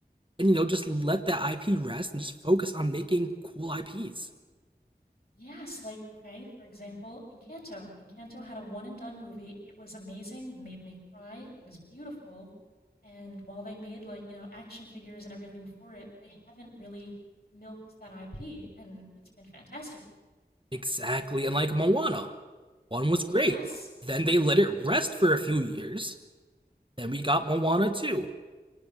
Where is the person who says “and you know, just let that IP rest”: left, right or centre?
Right